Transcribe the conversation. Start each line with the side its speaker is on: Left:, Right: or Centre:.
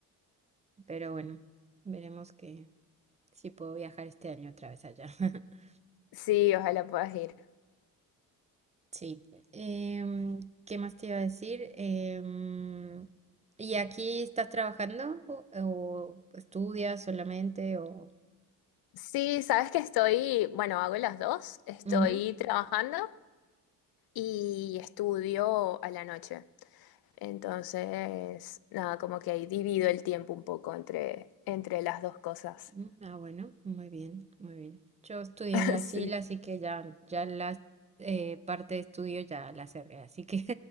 Right: pero bueno, veremos que si puedo viajar este año otra vez allá. <laughs>
Left: Sí, ojalá puedas ir.
Right: Sí. Em, ¿qué más te iba a decir? Em, ¿y aquí estás trabajando o, o estudias solamente o...?
Left: Sí, sabes que estoy, bueno, hago las dos. Estoy
Right: Ujú.
Left: trabajando y estudio a la noche. Entonces, nada, como que ahí divido el tiempo un poco entre, entre las dos cosas.
Right: Mm, Ah, bueno, muy bien, muy bien. Yo estudié
Left: <laughs>
Right: en Brasil,
Left: Sí.
Right: así que ya, ya la eh, parte de estudio ya la cerré, así que...